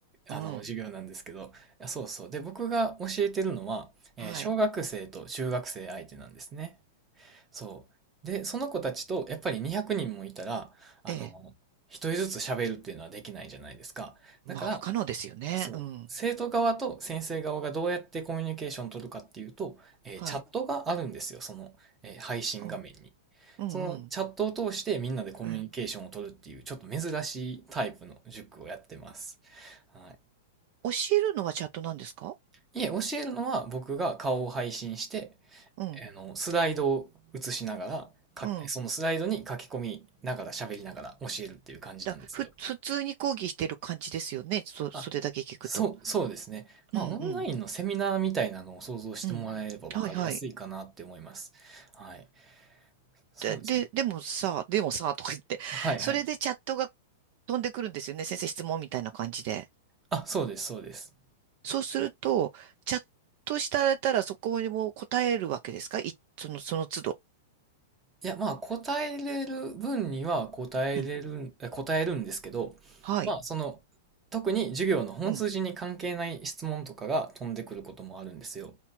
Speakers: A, on the right; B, on the right.
A: うん。
B: あの、授業なんですけど、あそうそう。で、僕が教えてるのは、えー小学生と中学生相手なんですね。
A: はい。
B: そう。で、その子たちと、やっぱり200人もいたら、あの、
A: ええ。
B: 一人ずつ喋るっていうのはできないじゃないですか。だから、
A: まあ、不可能ですよね。
B: そう。
A: うん。
B: 生徒側と先生側がどうやってコミュニケーションを取るかっていうと、えーチャットがあるんですよ、
A: はい。
B: その、えー配信画面に。
A: うん。うんうん。
B: そのチャットを通してみんなでコミュニケーションを取るっていう、
A: ええ。
B: ちょっと珍しいタイプの塾をやってます。は
A: 教えるのはチャットなんですか
B: い。いえ、教えるのは僕が顔を配信して、
A: うん。
B: あの、スライドを映しながら、かそのスライドに書き込みながら喋りながら教えるっていう感じなんですよ。
A: うん。だ、ふ、普通に講義してる感じですよね。そ、それだけ聞くと。
B: あ、そう、そうですね。まあ、
A: うん、うん、
B: オンラインのセミナーみたいなのを想像してもらえれば分かりやすいかなって思います。
A: うん。はい、はい。
B: はい。そうですね。
A: で、で、でもさ、でもさ、とか言って。
B: はいはい。
A: それでチャットが飛んでくるんですよね。先生質問みたいな感じで。
B: あ、そうです、そうです。
A: そうすると、チャットしたらそこにも答えるわけですかい、その、その都度。
B: いや、まあ、答えれる分には答えれる、
A: うん。
B: え答えるんですけど、
A: はい。
B: まあ、その、特に授業の本筋に関係ない質問とかが飛んでくることもあるんですよ。
A: うん。